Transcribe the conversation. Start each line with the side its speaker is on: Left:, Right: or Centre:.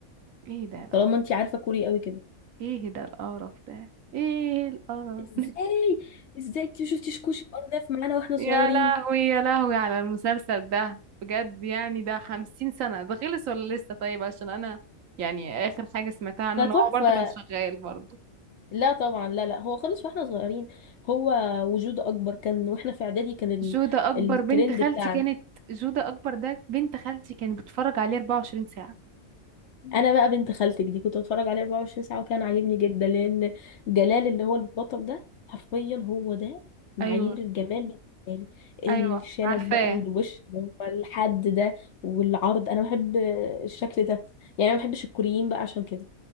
Right: ايه ده القرف
Left: طالما انتي عارفة كوري قوي كده
Right: ايه ده القرف ده ايه القرف
Left: ازاي
Right: <laughs>
Left: ازاي انتي ما شفتيش كوشي ارداف معانا واحنا
Right: يا
Left: صغيرين
Right: لهوي يا لهوي على المسلسل ده بجد يعني ده خمسين سنة ده خلص ولا لسه طيب عشان انا يعني اخر حاجة سمعتها عنه
Left: ده
Right: ان
Left: تحفة
Right: هو برضه كان شغال برضه
Left: لا طبعا لا لا هو خالص واحنا صغيرين هو وجود اكبر كان واحنا في اعدادي كان ال...
Right: جودة أكبر
Left: الترند
Right: بنت خالتي
Left: بتاعنا
Right: كانت جودة أكبر ده بنت خالتي كانت بتتفرج عليه 24 ساعة
Left: انا بقى بنت خالتك دي كنت بتفرج عليه 24 ساعه وكان عاجبني جدا لان جلال اللي هو البطل ده حرفيا هو ده معايير
Right: أيوة
Left: الجمال بالنسبه
Right: أيوة
Left: لي الشنب
Right: عارفاه
Left: بقى والوش اللي هو الحد ده والعرض انا بحب الشكل ده يعني انا ما بحبش الكوريين بقى عشان كده